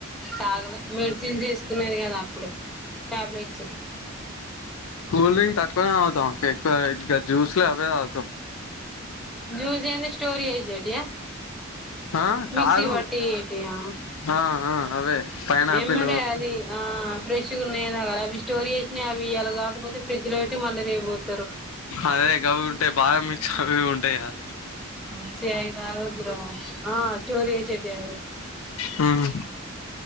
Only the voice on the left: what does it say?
కూల్డ్రిగు తక్కువనే తాగుతాం ఎక్కువ ఇంకా జ్యూస్లు అవే రాత
ఆ
కాదు
ఆ ఆ అవే పైనాపిల్
అదే అవి ఉంటాయి బాదం మిక్స్ అవి ఉంటాయి కదా
హ్మ్